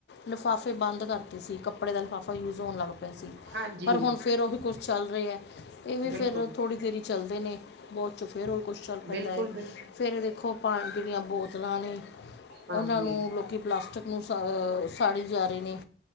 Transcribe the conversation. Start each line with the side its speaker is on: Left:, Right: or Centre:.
Left: ਲਿਫਾਫੇ ਬੰਦ ਕਰਤੇ ਸੀ, ਕੱਪੜੇ ਦਾ ਲਿਫਾਫਾ ਯੂਜ ਹੋਣ ਲੱਗ ਪਿਆ ਸੀ।
Right: ਹਾਂਜੀ
Left: ਪਰ ਹੁਣ ਫਿਰ ਉਹੀ ਕੁਛ ਚੱਲ ਰਹੇ ਐ। ਇਹ ਵੀ
Right: ਬਿਲਕੁਲ
Left: ਫਿਰ ਥੋੜ੍ਹੀ ਦੇਰ ਈ ਚੱਲਦੇ ਨੇ ਬਾਦ ਚ ਫਿਰ ਉਹ ਕੁਛ ਚੱਲ ਪੈਂਦਾ
Right: ਬਿਲਕੁਲ
Left: ਏ।
Right: ਬਿਲਕੁਲ
Left: ਫਿਰ ਦੇਖੋ ਪਾਣੀ ਦਿਆ ਬੋਤਲਾਂ ਨੇ
Right: ਹਾਂਜੀ
Left: ਉਹਨਾਂ ਨੂੰ ਲੋਕੀ ਪਲਾਸਟਕ ਨੂੰ ਸ ਅ ਸਾੜੀ ਜਾ ਰਹੇ ਨੇ